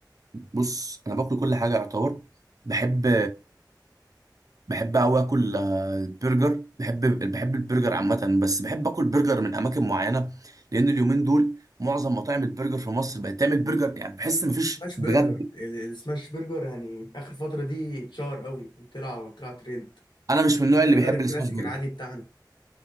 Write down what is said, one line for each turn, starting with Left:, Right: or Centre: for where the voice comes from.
Right: بص انا باكل كل حاجه يعتبر بحب بحب قوي اكل آه، برجر بحب بحب البرجر عامه بس بحب اكل برجر من اماكن معينه لان اليومين دول معظم مطاعم البرجر في مصر بقت تعمل برجر يعني بحس ان مفيش
Left: سماش
Right: بجد
Left: برجر ال- السماش برجر يعني اخر فتره دي اتشهر قوي وطلع وطلع ترند
Right: انا مش من النوع
Left: برجر
Right: اللي بيحب
Left: الكلاسيك
Right: السماش برجر
Left: العادي بتاعنا